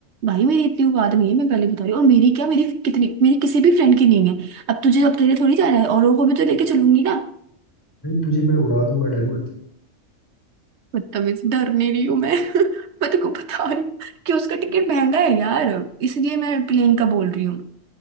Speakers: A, on the right; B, on the left.
A: भाई मेरी इतनी औकात नहीं है मैं पहले बता रही हूँ और मेरी क्या मेरी कितनी मेरी किसी भी फ्रेंड की नहीं है अब तुझे अब तेरे थोड़ी जाना है औरों को भी तो लेके चलूंगी ना
B: भाई तुझे मैं उड़ा दूंगा डर मत
A: बदतमीज डर नहीं रही हूँ मैं <laughs> मैं तेरे को बता रही हूँ कि उसका टिकट महंगा है यार इसलिए मैं प्लेन का बोल रही हूँ